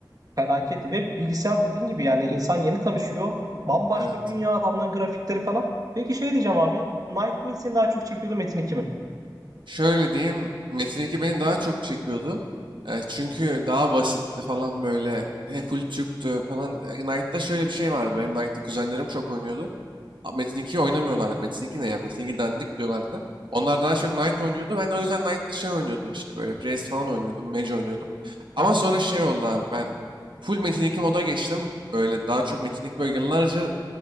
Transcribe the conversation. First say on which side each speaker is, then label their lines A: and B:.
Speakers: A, on the right (about 50°); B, on the right (about 85°).
A: Felaket ve bilgisayar dediğin gibi yani insan yeni tanışıyor. Bambaşka
B: Evet.
A: bir dünya adamların grafikleri falan. Peki şey diyeceğim abi. Knight mi seni daha çok çekiyordu Metin 2 mi?
B: Şöyle diyeyim, Metin 2 beni daha çok çekiyordu. E, çünkü daha basitti falan böyle. E, full Türktü falan. E, Knight'ta şöyle bir şey vardı. Benim Knight'ta kuzenlerim çok oynuyordu. Abi Metin 2'yi oynamıyorlardı. Metin 2 ne ya? Metin 2 dandik diyorlardı. Onlar daha çok Knight oynuyordu. Ben o yüzden Knight'ta şey oynuyordum işte böyle Priest falan oynuyordum. Mage oynuyordum. Ama
A: Aha,
B: sonra şey oldu abi ben full Metin 2 moda geçtim. Böyle daha çok Metin 2 böyle yıllarca